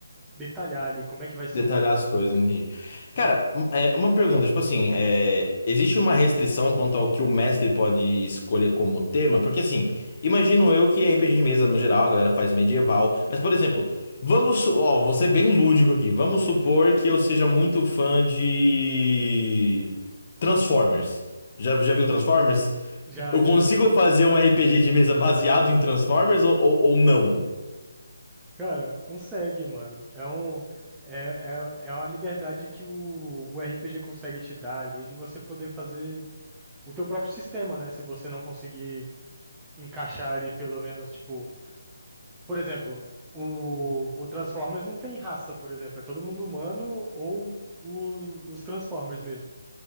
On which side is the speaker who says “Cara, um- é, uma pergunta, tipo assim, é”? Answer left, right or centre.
Left